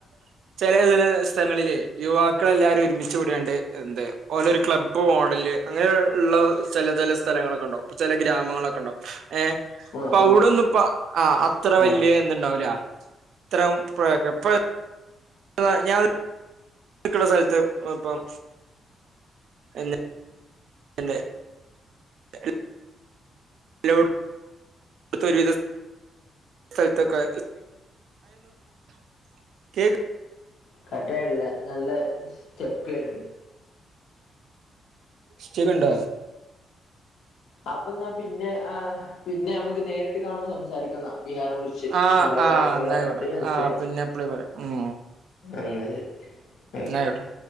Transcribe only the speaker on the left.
ആ
ആ ആ
ആ
<unintelligible> നല്ല സ്റ്റെക്ക് വെര്ണ്ട്
അപ്പ ഇന്നാ പിന്നെ ആഹ് പിന്നെ നമ്മക്ക് നേരിട്ട് കാണുമ്പോ സംസാരിക്കാ <unintelligible> കുറിച്ച്
ഇഷ്ട്ടംപോല
കാര്യങ്ങള്
പറയാണ്ട്ന്ന് മനസ്സിലായി
എന്നാ ശരി. ഓക്കെ